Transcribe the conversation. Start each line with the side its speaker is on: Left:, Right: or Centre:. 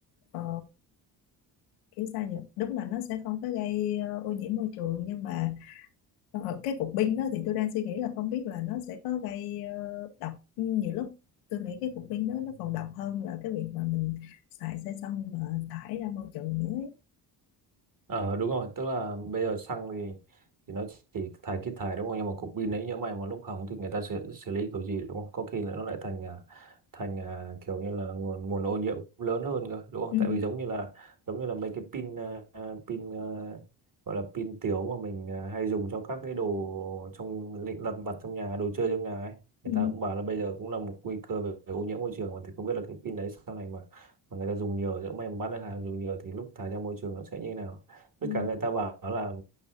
Left: ờ, kiểu sao nhỉ đúng là nó sẽ không có gây ờ, ô nhiễm môi trường nhưng mà ờ, ờ, cái cục pin đó thì tôi đang suy nghĩ là không biết là nó sẽ có gây ờ, độc nhiều lúc tôi nghĩ cái cục pin đó nó còn độc hơn là cái việc mà mình xài xe xong mà thải ra môi trường nữa ấy.
Right: Ờ đúng rồi, tức là bây giờ xăng thì thì nó chỉ thải kít thải đúng không? Nhưng mà cục pin đấy nhỡ may mà lúc hỏng thì người ta xử, xử lý kiểu gì đúng không? Có khi là nó lại thành à, thành à, kiểu như là nguồn nguồn ô nhiễm lớn hơn cơ đúng không?
Left: Ừ,
Right: Tại vì giống như là giống như là mấy cái pin à, à, pin à, gọi là pin tiểu mà mình à, hay dùng cho các cái đồ trong lịnh lặt vặt trong nhà, đồ chơi trong nhà ấy.
Left: ừ,
Right: Người ta cũng bảo là bây giờ cũng là một nguy cơ về, về ô nhiễm môi trường mà thì không biết là cái pin đấy sau này mà mà người ta dùng nhiều, nhỡ may mà bán được hàng dùng nhiều thì lúc thải ra môi trường nó sẽ như thế nào? với
Left: ừ,
Right: cả người ta bảo là